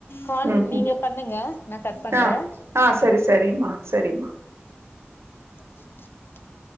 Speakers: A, on the left; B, on the right.
A: கால்
B: ம்
A: நீங்க
B: ம்
A: பண்ணுங்க நா கட் பண்றே
B: ஆ ஆ
A: உம்
B: சரி சரிம்மா சரிம்மா
A: <inaudible>